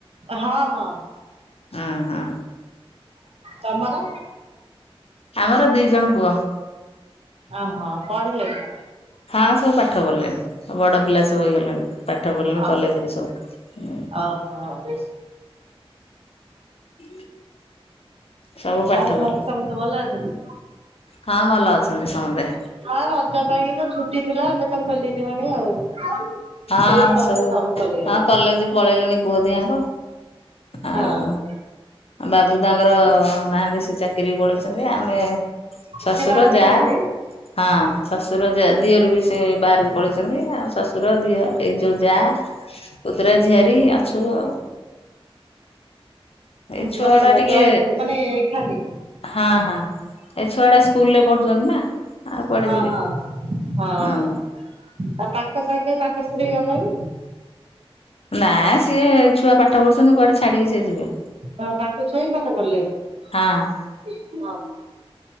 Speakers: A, on the right (about 75°); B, on the left (about 75°).
A: ହଁ ହଁ
B: ଓହୋ
A: ତମର
B: ଆମର ଦି ଜଣ ପୁଅ।
A: ଓ ହୋ ପଢିଲେନି।
B: ହଁ ସବୁ ପାଠ ପଢିଲେଣି ବଡ କ୍ଲାସ୍ ସବୁ ହେଇଗଲାଣି ପାଠ ପଢ଼ିଲେଣି
A: ଓହୋ
B: କଲେଜ ରେ ସବୁ।
A: ଓହୋ।
B: ହ ସବୁ ପାଠ
A: ଆଉ ଘରେ
B: ପ,
A: ସମସ୍ତେ ଭଲ ଅଛନ୍ତି?
B: ହଁ ଭଲ ଅଛନ୍ତି ସମତେ।
A: ହଁ ରଜ ପାଇଁକି ତ ଛୁଟି ଥିଲା ଏବେ ତ ଖୋଲିଯିବଣି ଆଉ।
B: ହଁ
A: ସ୍କୁଲ କଲେଜ
B: ସବୁ
A: ଖୋଲିଗଲା।
B: ହଁ କଲେଜେ ପଳେଇଲିଣି ପୁଅ ଦିହାଙ୍କ। ଆଉ
A: ହଁ‌।
B: ବାବୁ ତାଙ୍କର ନାହାନ୍ତି ସେ ଚାକିରି ପଳେଇଚନ୍ତି ଆମେ ଶଶୁର
A: ସେ ବାହାରେ
B: ଯା
A: ରୁହନ୍ତି
B: ହଁ ଶଶୁର ଜା ଦିଅରୁ ବି ସେ ବାହାରକୁ ପଳେଇଚନ୍ତି ଆଉ ଶଶୁର ଦିଅ ଏଇ ଯୋଉ ଯା ପୂତୁରା ଝିଆରିୀ ଆଛୁ ଆଉ। ଏଇ ଛୁଆ
A: ମାନେ
B: ଗୁଡା ଟିକେ
A: ଜଏଣ୍ଟ ମାନେ ଏକାଠି।
B: ହଁ ହଁ। ଏ ଛୁଆଟା ସ୍କୁଲ୍ ରେ ପଢୁଚନ୍ତି ନା ଆଉ କୁଆଡେ
A: ହଁ
B: ଯିବେ
A: ହଁ ହଁ
B: ହୁଁ।
A: ଆଉ ତାଙ୍କ ସାଙ୍ଗେ ତାଙ୍କ ସ୍ତ୍ରୀ ଗଲେଣି।
B: ନା ସିଏ ଛୁଆ ପାଠ ପଢୁଚନ୍ତି କୁଆଡେ ଛାଡିକି ସିଏ ଯିବେ।
A: ହଁ ତାଙ୍କ ଛୁଆ ବି ପାଠ ପଢିଲେଣି।
B: ହଁ।
A: <unintelligible>